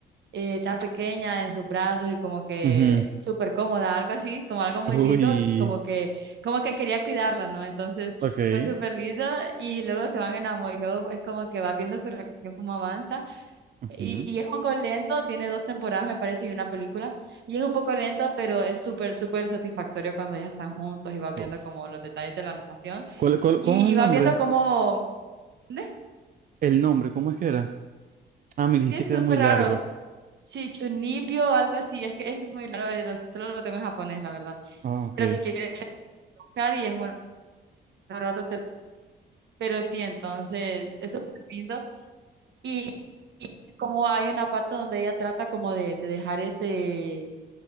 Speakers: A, on the right (about 65°); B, on the right (about 45°).
A: eh, tan pequeña en sus brazos y como que
B: Ujú.
A: súper cómoda, algo así, como algo muy
B: Uy,
A: lindo, como que, como que quería cuidarla, ¿no? Entonces
B: ok.
A: fue súper lindo y luego se van enamorando y luego es como que va viendo su relación como avanza
B: Ujú.
A: y, y es un poco lento, tiene dos temporadas, me parece, y una película. Y es un poco lento, pero es súper, súper satisfactorio cuando ya están juntos y vas viendo
B: Uf.
A: como los detalles de la relación.
B: ¿Cuál, cuál-
A: Y,
B: cómo es
A: y
B: el
A: vas
B: nombre?
A: viendo como... ¿Ve?
B: El nombre, ¿cómo es que era? Ah, me
A: Es
B: dijiste
A: que es
B: que
A: súper
B: era muy largo.
A: raro. Sí, Chunibyo, algo así. Es que es muy raro, eh, lo- solo lo tengo en japonés, la verdad.
B: Ah, ok,
A: Pero si quieres buscar y en un rato te... Pero sí, entonces es súper lindo. Y, y como hay una parte donde ella trata como de, de dejar ese...